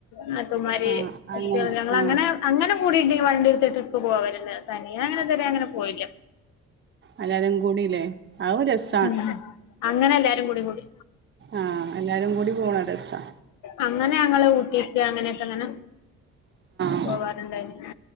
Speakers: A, on the left; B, on the right.
A: നാത്തൂമാര്
B: ആ
A: കുട്ട്യേൾ
B: അങ്ങനെ
A: ഞങ്ങൾ
B: ആ
A: അങ്ങനെ അങ്ങനെ കൂടീട്ട് വണ്ടിട്ത്ത് ട്രിപ്പ് പോവലെല്ലെ തനിയ അങ്ങനെ ഇതരെ അങ്ങനെ പോയില്ല
B: അല്ലാരും കൂടിലെ അതൊരു രസാ
A: ഉം അങ്ങനെ എല്ലാരുംകൂടി കൂടി
B: ആഹ് എല്ലാരുംകൂടി പോണരസാ
A: അങ്ങനെ ഞങ്ങള് ഊട്ടിക്ക് അങ്ങനെയൊക്കെങ്ങനെ
B: ആ
A: പോകാറുണ്ടായിരുന്നു.